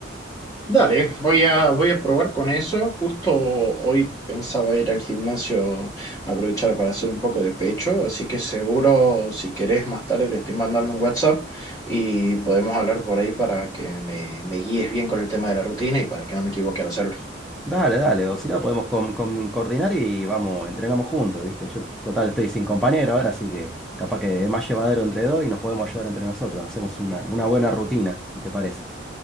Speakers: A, on the left; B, in the centre.
A: Dale, voy a, voy a probar con eso. Justo hoy pensaba ir al gimnasio, aprovechar para hacer un poco de pecho, así que seguro si querés más tarde te estoy mandando un WhatsApp y podemos hablar por ahí para que me, me guíes bien con el tema de la rutina y para que no me equivoque al hacerlo.
B: Dale, dale, o si no podemos com- com- coordinar y vamos, entrenamos juntos, ¿viste? Yo total estoy sin compañero ahora, así que capaz que es más llevadero entre dos y nos podemos ayudar entre nosotros. Hacemos una, una buena rutina, si te parece.